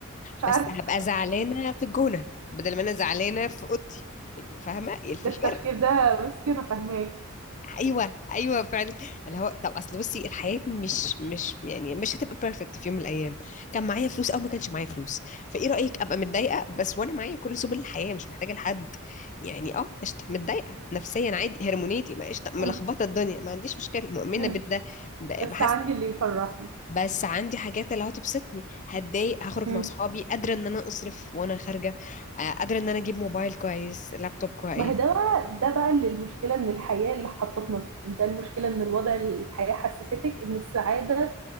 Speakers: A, on the right (about 75°); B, on the left (about 35°).
A: مش عارفة
B: بس هبقى زعلانة في الجونة بدل ما انا زعلانة في اوضتي يعني فاهمة ايه الفكرة
A: ده التفكير ده بصي أنا فاهماه
B: ايوه ايوه فعلا اللي هو طب اصل بصي الحياه مش مش يعني مش هتبقى بيرفكت في يوم من الايام كان معايا فلوس او ما كانش معايا فلوس فايه رايك ابقى متضايقه بس وانا معايا كل سبل الحياه مش محتاجه لحد يعني اه قشطه متضايقه نفسيا عادي هرمونيتي ما قشطه
A: مم.
B: ملخبطه الدنيا ما عنديش مشكله مؤمنه
A: مم.
B: بالده ده
A: بس
B: بحس
A: عندي اللي يفرحني
B: بس عندي حاجات اللي هتبسطني هتضايق هخرج
A: مم.
B: مع اصحابي قادره ان انا اصرف وانا خارجه آه، قادره ان انا اجيب موبايل كويس لابتوب كويس
A: ما هي ده بقى ده بقى اللي المشكلة ان الحياة اللي حطتنا فيه ده المشكلة ان الوضع الحياة حسستك ان السعادة